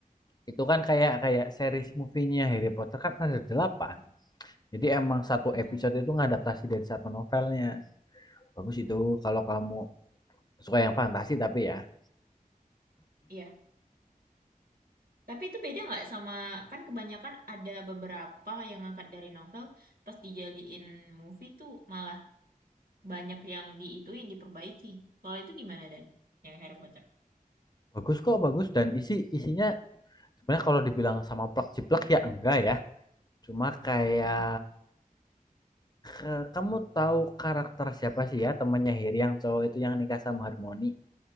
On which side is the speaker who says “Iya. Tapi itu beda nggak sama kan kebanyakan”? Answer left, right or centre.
Right